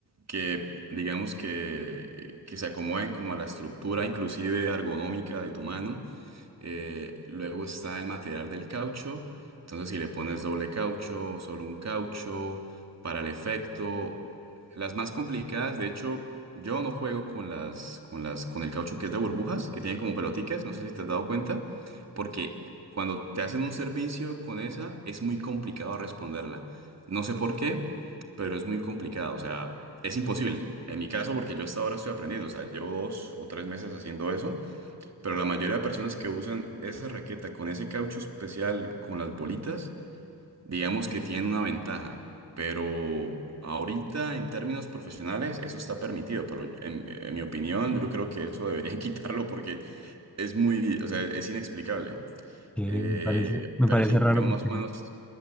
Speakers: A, on the right; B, in the centre.
A: que digamos que, que se acomoden como a la estructura inclusive ergonómica de tu mano. Eh, luego está el material del caucho. Entonces, si le pones doble caucho, solo un caucho, para el efecto. Las más complicadas, de hecho, yo no juego con las, con las, con el caucho que es de burbujas, que tiene como pelotitas, no sé si te has dado cuenta, porque cuando te hacen un servicio con esa, es muy complicado responderla. No sé por qué, pero es muy complicado, o sea, es imposible. En mi caso, porque yo hasta ahora estoy aprendiendo, o sea, llevo dos o tres meses haciendo eso. Pero la mayoría de personas que usan esa raqueta con ese caucho especial, con las bolitas, digamos que tienen una ventaja. Pero ahorita, en términos profesionales, eso está permitido. Pero en, en mi opinión, yo creo que eso deberían <laughs> quitarlo porque es muy, o sea, es inexplicable.
B: Eh,
A: Eh,
B: me parece, me
A: pero
B: parece
A: sí, digamos
B: raro porque
A: más o menos,